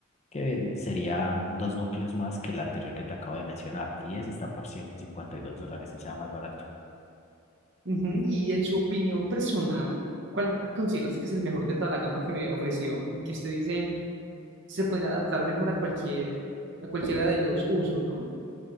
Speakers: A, on the left (about 30°); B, on the right (about 60°).
A: que serían dos núcleos más que el anterior que te acabo de mencionar. Y ese está por 152 dólares, o sea, más barato.
B: ujú. Y en su opinión personal, ¿cuál considera usted que es el mejor de toda la gama que me ofreció? Que usted dice se podría adaptar mejor a cualquier, a cualquiera de los usos, ¿no?